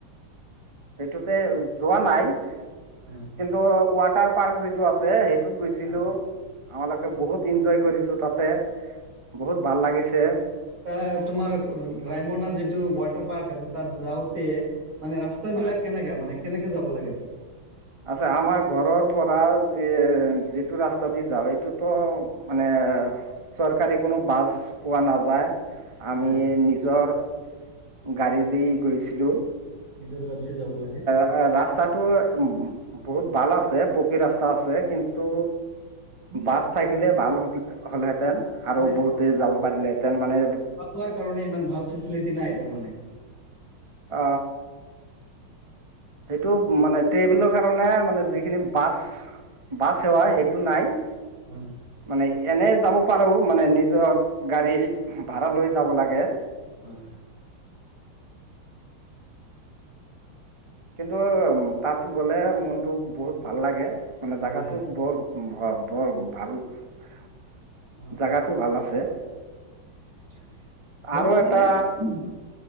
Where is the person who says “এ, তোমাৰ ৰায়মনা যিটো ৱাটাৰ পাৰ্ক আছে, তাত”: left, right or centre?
Right